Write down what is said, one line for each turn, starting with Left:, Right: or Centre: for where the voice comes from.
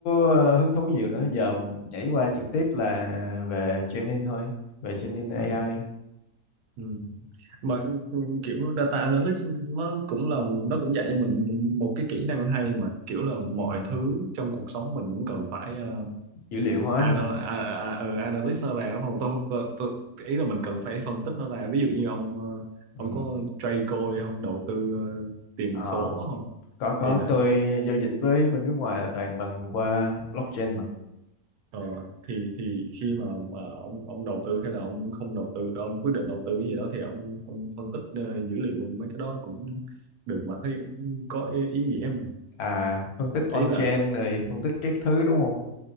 Left: ờ, hứng thú nhiều nữa giờ nhảy qua trực tiếp là về training thôi về training AI
Right: ừ ừ. mà ừ, kiểu data analyst nó cũng là nó cũng dạy cho mình một cái kỹ năng hay mà kiểu là mọi
Left: ừ.
Right: thứ trong cuộc sống mình cũng cần phải uh,
Left: dữ liệu hóa
Right: anal,
Left: nữa hả
Right: à, à, ờ, analyst nó ra đúng không tôi, không- tôi, tôi ý là mình cần phải phân tích nó ra ví dụ như ông ờ, ông
Left: ừ.
Right: có trade coin không đầu tư ờ, tiền
Left: Ờ,
Right: số không
Left: có có
Right: thì đấy
Left: tôi giao dịch với bên nước ngoài là toàn bằng qua blockchain mà
Right: Ờ, thì thì khi mà mà ông ông đầu tư hay là ông không đầu tư ông quyết định đầu tư cái gì đó thì ông ông phân tích ờ, dữ liệu mấy cái đó cũng được mà thấy cũng có ý, ý nghĩa em
Left: à phân tích on-chain
Right: ý là
Left: rồi phân tích các thứ đúng không